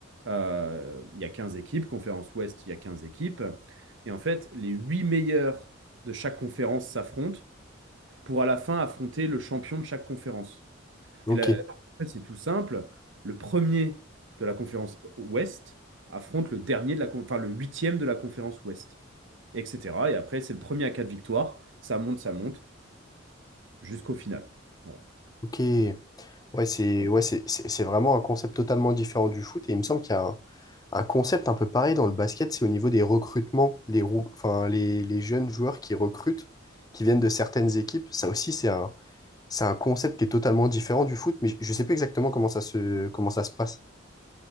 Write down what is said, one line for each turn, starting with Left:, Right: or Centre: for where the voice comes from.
Right: euh, il y a 15 équipes. Conférence Ouest, il y a 15 équipes. Et en fait, les huit meilleurs de chaque conférence s'affrontent pour à la fin affronter le champion de chaque conférence.
Left: Ok,
Right: Et là, en fait, c'est tout simple. Le premier de la conférence Ouest affronte le dernier de la, con- enfin, le huitième de la conférence Ouest, etc. Et après, c'est le premier à quatre victoires. Ça monte, ça monte, jusqu'au final. Voilà.
Left: ok. Ouais, c'est ouais, c'est c'est- c'est vraiment un concept totalement différent du foot. Et il me semble qu'il y a un, un concept un peu pareil dans le basket, c'est au niveau des recrutements, les, rou- enfin, les, les jeunes joueurs qui recrutent, qui viennent de certaines équipes. Ça aussi, c'est un, c'est un concept qui est totalement différent du foot, mais je ne sais plus exactement comment ça se, comment ça se passe.